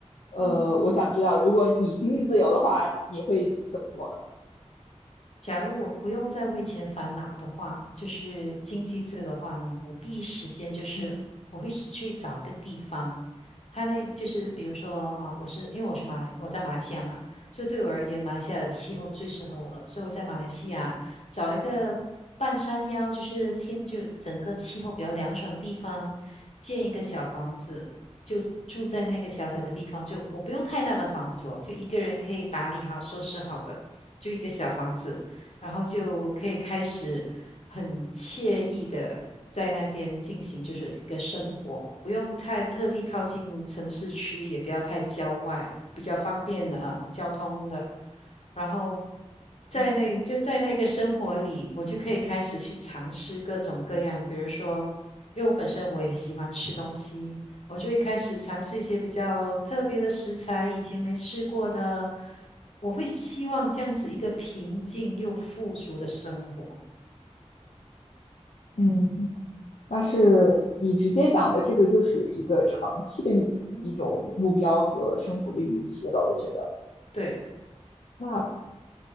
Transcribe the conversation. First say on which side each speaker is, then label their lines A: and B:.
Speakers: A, on the left; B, on the left.
A: 呃，
B: 嗯。
A: 我想知道，如果你经济自由的话，你会怎么做呢？
B: 假如我不用再为钱烦恼的话，就是经济这的话呢，
A: 嗯
B: 我第一时间就是我会去找一个地方，
A: 嗯
B: 他那就是比如说啊，我是因为我是马来，我在马来西亚嘛，所以对我而言，马来西亚的气候最适合我了，所以我在马来西亚找一个半山腰，就是天就整个气候比较凉爽的地方，建一个小房子，就住在那个小小的地方，就我不用太大的房子哦，就一个人可以打理好、收拾好的。就一个小房子，然后就可以开始很惬意的在那边进行就是一个生活，不用太特地靠近城市区，也不要太郊外，比较方便呃交通的。然后在那就在那个生活里，
A: 嗯嗯。
B: 我就可以开始去尝试各种各样，比如说，因为我本身我也喜欢吃东西，我就会开始尝试一些比较特别的食材，以前没试过的。我会希望这样子一个平静又富足的生活。
A: 嗯但是你直接想的这个就是一个长期的预一种目标和生活的预期了，
B: 嗯哼，
A: 我觉得。
B: 对
A: 那